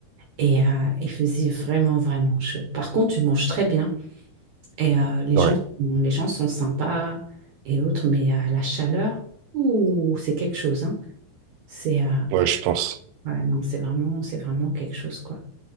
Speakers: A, on the right; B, on the right.
A: Et euh, il faisait vraiment, vraiment chaud. Par contre, tu manges très bien. Et euh, les
B: Ouais,
A: gens, les gens sont sympas et autres, mais euh, la chaleur, ouh, c'est quelque chose, hein. C'est euh,
B: ouais, je pense.
A: ouais, non, c'est vraiment, c'est vraiment quelque chose, quoi.